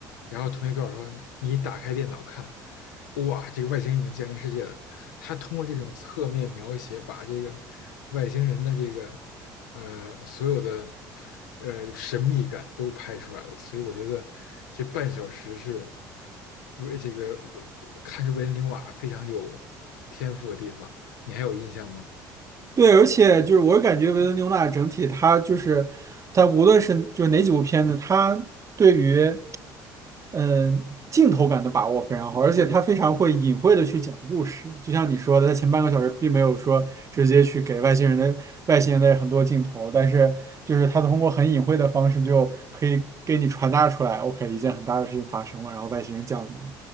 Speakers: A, on the left; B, on the right.
A: 然后同学告诉我说，你打开电脑看，哇，这个外星人已经降临世界了。他通过这种侧面描写，把这个外星人的这个呃所有的呃神秘感都拍出来了。所以我觉得这半小时是为这个看出维恩纽瓦非常有天赋的地方。你还有印象吗？
B: 对，而且就是我感觉维伦纽娜整体他就是他无论是就是哪几部片子，他对于嗯，镜头感的把握非常好，而且他非常会隐晦的去讲故事，就像你说的，他前半个小时并没有说直接去给外星人的外星人的很多镜头，但是就是他通过很隐晦的方式就可以给你传达出来，OK，一件很大的事情发生了，然后外星人降临了